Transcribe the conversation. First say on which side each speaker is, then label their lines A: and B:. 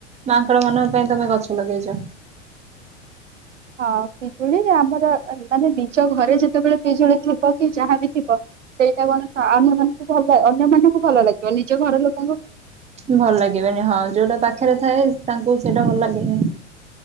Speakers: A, on the right; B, on the right.
A: ମାଙ୍କଡ଼ ମାନଙ୍କ ପାଇଁ ତମେ ଗଛ ଲଗେଇଚ।
B: ହଁ ପିଜୁଳି ଆମ୍ୱ ଲ୍ <unintelligible> ମାନେ ବିଶ୍ ଜ ଘରେ ଯେତେବେଳେ ପିଜୁଳି ଥିବ କି ଯାହାବି ଥିବ ସେଇଟା କଣ ସା ଆମ ମାନଙ୍କୁ ଭଲ ଅନ୍ୟ ମାନଙ୍କୁ ଭଲ ଲାଗିବ ନିଜ ଘର ଲୋକ୍
A: ଭଲ ଲାଗିବନି ହଁ ଯୋଉଟା ପାଖେରେ ଥାଏ ତାଙ୍କୁ ସେଟା ଭଲ ଲାଗେନି।